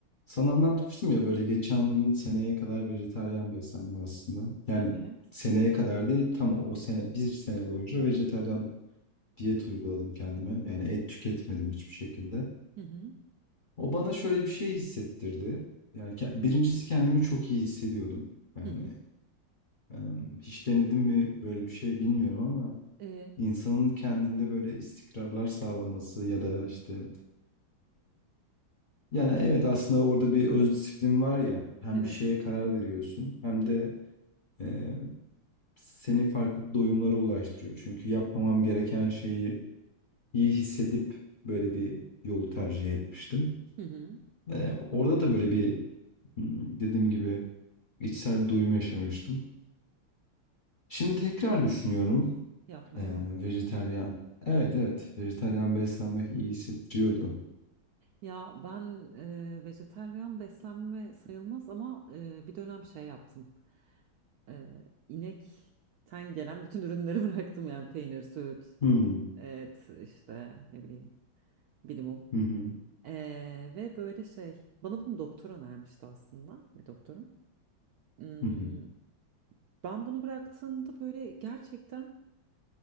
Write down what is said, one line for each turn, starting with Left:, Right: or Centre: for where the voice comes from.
Left: Sana anlatmıştım ya böyle geçen seneye kadar vejetaryen beslendim aslında. Yani
Right: Evet.
Left: seneye kadar değil tam o sene bir sene boyunca vejetaryen diyet uyguladım kendime. Yani et tüketmedim hiçbir şekilde.
Right: Hı hı.
Left: O bana şöyle bir şey hissettirdi. Yani ke- birincisi kendimi çok iyi hissediyordum. Yani
Right: Hı hı.
Left: em, hiç denedim mi böyle bir şey bilmiyorum ama
Right: Ee,
Left: insanın kendinde böyle istikrarlar sağlaması ya da işte Yani evet aslında orada bir öz disiplin var ya hem
Right: evet.
Left: bir şeye
Right: Şey.
Left: karar veriyorsun hem de e, seni farklı doyumlara ulaştırıyor. Çünkü yapmamam gereken şeyi iyi hissedip böyle bir yolu tercih etmiştim.
Right: Hı hı.
Left: E, orada da böyle bir hmm, dediğim gibi içsel bir doyum yaşamıştım. Şimdi tekrar düşünüyorum
Right: Yapmayı
Left: e,
Right: mı?
Left: vejetaryen. Evet evet vejetaryen beslenmek iyi hissettiriyordu.
Right: Ya ben e, vejetaryen beslenme sayılmaz ama e, bir dönem şey yaptım. E, inekten gelen bütün ürünleri <laughs> bıraktım yani peynir, süt,
Left: Hmm.
Right: et işte ne bileyim bilimum.
Left: Hı hı.
Right: E, ve böyle şey bana bunu doktor önermişti aslında bir doktorum. Hmm,
Left: Hı hı.
Right: ben bunu bıraktığımda böyle gerçekten